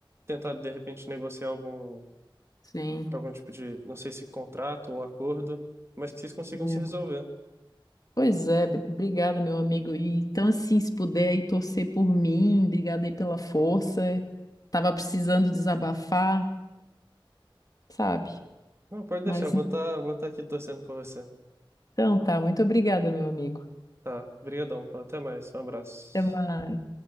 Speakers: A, on the right; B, on the left.
A: tentar, de repente, negociar algum,
B: Sim.
A: algum tipo de, não sei se contrato ou acordo, mas que vocês consigam
B: é.
A: se resolver.
B: Pois é, bri- obrigada, meu amigo. E, então, assim, se puder aí torcer por mim, obrigada aí pela força.
A: Hum.
B: Tava precisando desabafar, sabe?
A: hum. Não, pode
B: Mas
A: deixar, eu vou estar, vou estar aqui torcendo por você.
B: então tá, muito obrigada, meu amigo.
A: Tá, brigadão, pô. Até mais. Um abraço.
B: Até mais.